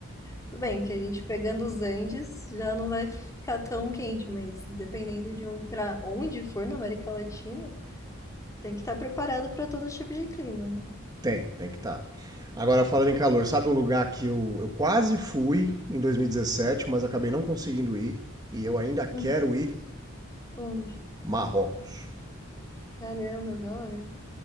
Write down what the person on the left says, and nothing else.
Tudo bem que a gente pegando os Andes já não vai ficar tão quente, mas dependendo de um para onde for na América Latina, tem que estar preparado para todo tipo de clima, né?
Hum,
Onde?
Caramba, adoro.